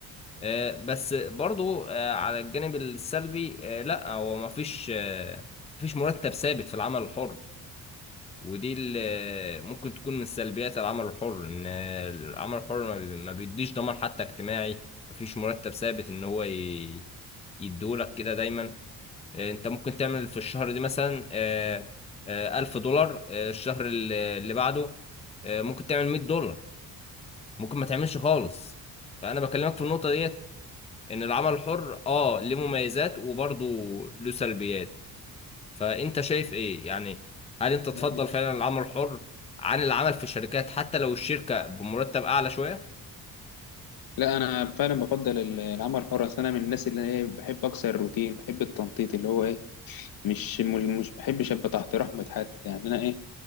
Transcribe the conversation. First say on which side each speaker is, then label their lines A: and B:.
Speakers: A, on the left; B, on the left.
A: آه، بس برضو آه، على الجانب السلبي آه، لا هو ما فيش آه، مفيش مرتب ثابت في العمل الحر ودي اللي ممكن تكون من سلبيات العمل الحر ان آه، العمل الحر ما بي- ما بيديش ضمان حتى اجتماعي ما فيش مرتب ثابت ان هو ي- يديهولك كده دايما آه، انت ممكن تعمل في الشهر دي مثلا آه، آه، ألف دولار آه، الشهر اللي اللي بعده آه، ممكن تعمل مية دولار ممكن ما تعملش خالص فأنا بكلمك في النقطة دي ان العمل الحر اه ليه مميزات وبرضه له سلبيات فانت شايف ايه يعني هل انت تفضل
B: ما-
A: فعلا العمل الحر عن العمل في الشركات حتى لو الشركة بمرتب اعلى شوية
B: لا انا فعلا بفضل ال- العمل الحر أصل انا من الناس اللي هي بحب اكسر الروتين بحب التنطيط اللي هو ايه مش م- مش بحبش ابقى تحت رحمة حد يعني انا ايه